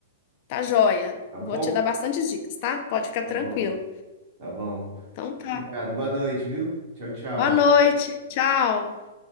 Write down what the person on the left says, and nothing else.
Tá joia.
Eu
Vou te dar bastante dicas, tá? Pode ficar
tranquilo.
Então tá.
Boa noite. Tchau.